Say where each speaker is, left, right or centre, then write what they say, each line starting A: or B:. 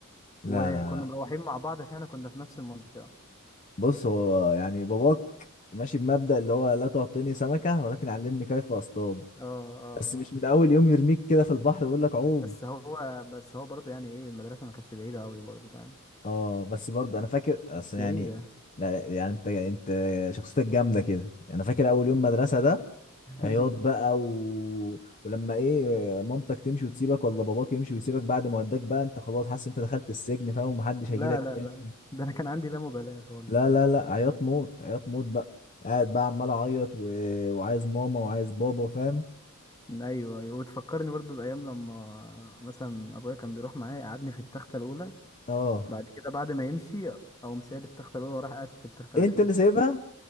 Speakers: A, on the left; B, on the left.
A: لا
B: وكنا
A: لا لا
B: مروحين مع بعض عشان احنا كنا في نفس المنطقه اه
A: بص هو يعني باباك ماشي بمبدأ اللي هو لا تعطيني سمكة ولكن علمني كيف اصطاد
B: اه اه
A: بس مش من اول يوم يرميك كده في البحر ويقول لك عوم
B: بس هو بس هو برضه يعني ايه المدرسه ما كانتش بعيده قوي برضه فاهم
A: اه بس برضو انا فاكر اصل
B: مش
A: يعني
B: بعيدة
A: لا يعني انت انت شخصيتك جامدة كده انا فاكر اول يوم مدرسة ده
B: <laughs>
A: عياط بقى و... ولما ايه مامتك تمشي وتسيبك ولا باباك يمشي ويسيبك بعد ما وداك بقى انت خلاص حاسس انت دخلت السجن فاهم ومحدش
B: لا
A: هيجيلك
B: لا
A: تاني
B: لا ده انا كان عندي لا مبالاة خالص
A: لا لا لا عياط موت عياط موت بقى قاعد بقى عمال اعيط و... وعايز ماما وعايز بابا فاهم
B: ايوه ايوه وتفكرني برضه بايام لما مثلا ابويا كان بيروح معايا يقعدني في التخته الاولى
A: اه
B: بعد كده بعد ما يمشي اقوم سايب التخته الاولى وراح قاعد في التخته الاخيره
A: انت اللي سايبها